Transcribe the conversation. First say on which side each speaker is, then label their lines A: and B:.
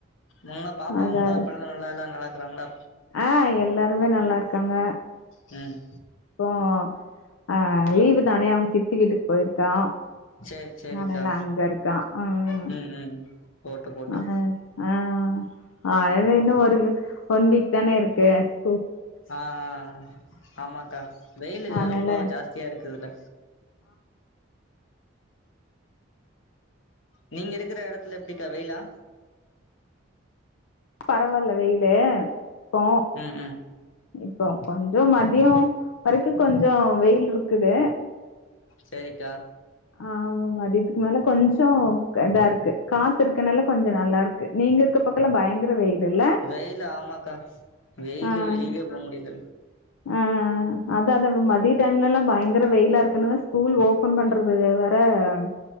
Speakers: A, on the left; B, on the left.
A: உங்க பாப்பா
B: அதா
A: அவங்க
B: அதா
A: அப்பா எல்லா நல்லா இருக்குறாங்களா
B: ஆ எல்லாருமே நல்லா இருக்காங்க
A: ம்
B: இப்போ அ லீவு தானே அவங்க சித்தி வீட்டுக்கு போயிருக்கா
A: சேரி சேரிக்கா
B: அதனால அங்க இருக்கா ஆஹ்
A: ம் ம் போட்டு போட்டு
B: ஆஹ் ஆஹ் அதுல இன்னு ஒரு ஒன் வீக் தானே இருக்கு ஸ்கூல்
A: ஆஹ் ஆமாக்கா வெயிலு
B: அதனால
A: ரொம்ப ஜாஸ்தியா இருக்குதுல நீங்க இருக்கிற எடத்துல எப்டிக்கா வெயிலா
B: பரவால்ல வெயிலு இப்போ
A: ம் ம்
B: இப்போ கொஞ்சோ மதியோ வரைக்கு கொஞ்சோ வெயிலுருக் க்குது
A: சரிக்கா
B: ஆஹ் மதியத்துக்கு மேல கொஞ்சோ இதா இருக்கு காத்துருக்கனால கொஞ்சோ நல்லாருக்கு நீங்க இருக்க க்கல்லாபயங்கரோ வெயிலு இல்ல
A: வெயிலு ஆமாக்கா வெயிலு
B: ஆஹ்
A: வெளியவே போ முடில
B: ஆஹ் அதா அதா மதிய டைம்லல்லா பயங்கர வெயிலா இருக்குனு ஸ்கூல் ஓபன் பண்றது ஆஹ்